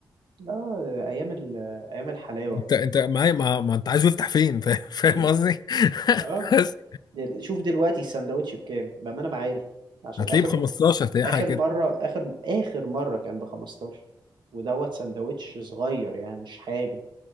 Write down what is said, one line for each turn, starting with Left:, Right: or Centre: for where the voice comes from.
Right: اه ايام ال- ايام الحلاوة
Left: انت انت معايا ما, ما انت عايز يفتح فين <laughs> فاهم فاهم
Right: مم.
Left: قصدي
Right: اه
Left: بس
Right: دل... شوف دلوقتي السندوتش بكام بأمانة ما عارف عشان
Left: هتلاقيه
Right: آخر
Left: ب 15
Right: م...
Left: تلاقيه
Right: آخر
Left: حاجه كده
Right: مرة آخر آخر مرة كان ب 15 ودوت سندوتش صغير يعني مش حاجة